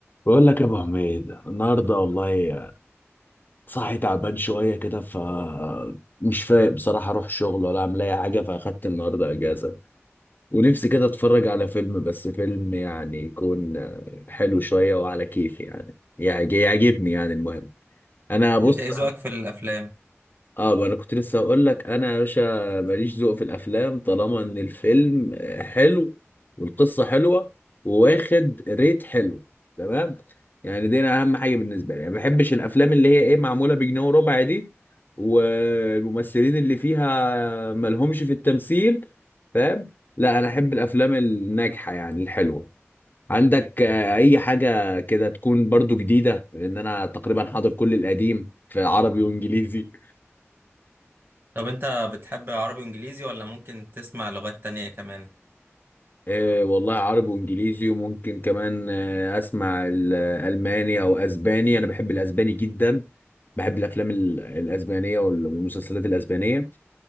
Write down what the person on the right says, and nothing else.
انت ايه ذوقك في الافلام
طب انت بتحب عربي وانجليزي ولا ممكن تسمع لغات تانية كمان